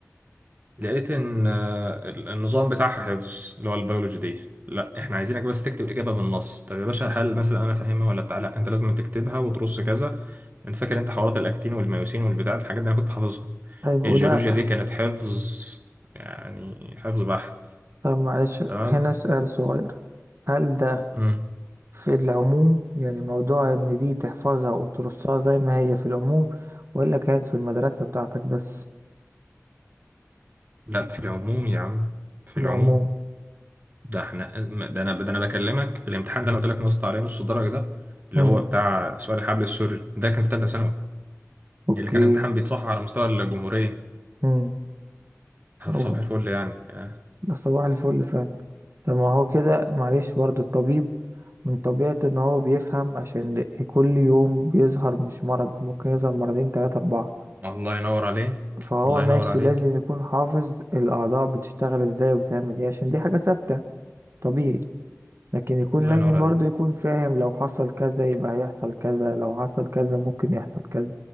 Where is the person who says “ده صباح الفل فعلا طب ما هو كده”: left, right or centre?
Right